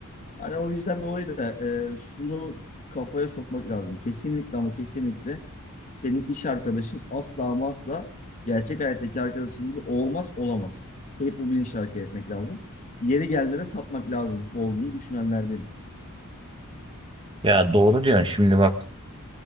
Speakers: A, on the left; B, on the right.
A: Hani o yüzden dolayı da e, şunu kafaya sokmak lazım. Kesinlikle ama kesinlikle senin iş arkadaşın asla ama asla gerçek hayattaki arkadaşın gibi olmaz olamaz. Hep bu bilinçle hareket etmek lazım. Yeri gelenlere satmak lazım olduğunu düşünenlerden.
B: Ya doğru diyorsun şimdi bak.